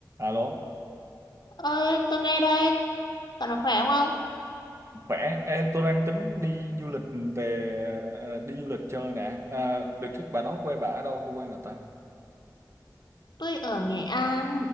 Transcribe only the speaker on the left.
ơi tôi nghe đây Cậu nó khỏe không ông
tôi ở Nghệ An